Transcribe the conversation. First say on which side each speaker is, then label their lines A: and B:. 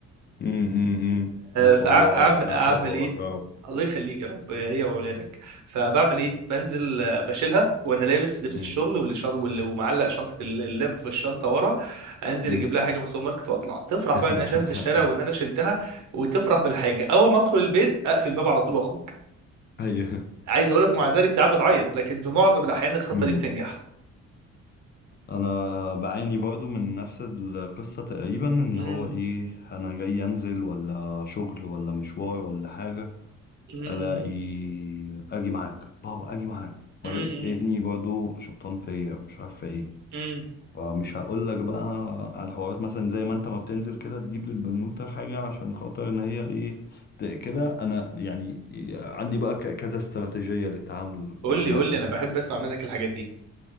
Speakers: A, on the left; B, on the right.
A: امم ما شاء
B: فاعمل
A: الله ربنا يحفظها
B: ايه
A: لك يا رب
B: الله يخليك يا رب هي واولادك فبعمل ايه بنزل آه، بشيلها وانا لابس لبس
A: امم
B: الشغل واللي شنط واللي ومعلق شنطه ال- اللاب في الشنطه ورا انزل
A: امم
B: اجيب لها حاجه من السوبر ماركت واطلع تفرح
A: <laughs>
B: بقى انها شافت الشارع وان انا شلتها وتفرح بالحاجه اول ما ادخل البيت اقفل الباب على طول واخرج
A: ايوه
B: عايز اقول لك ومع ذلك ساعات بتعيط لكن في معظم الاحيان الخطه
A: امم
B: دي بتنجح
A: انا بعاني برضو من نفس القصة تقريبا ان
B: امم
A: هو ايه انا جاي انزل ولا شغل ولا مشوار ولا حاجة
B: امم
A: الاقي اجي معاك بابا اجي معاك والاقي
B: امم
A: التاني برضو شبطان فيا مش عارف ايه
B: امم
A: فمش هقول لك بقى على الحوارات مثلا زي ما انت ما بتنزل كده تجيب للبنوتة حاجة عشان خاطر ان هي ايه ت- كده انا يعني عندي بقى ك- كذا استراتيجية للتعامل
B: قول
A: مع الموقف
B: لي قول لي انا
A: ده
B: بحب اسمع منك الحاجات دي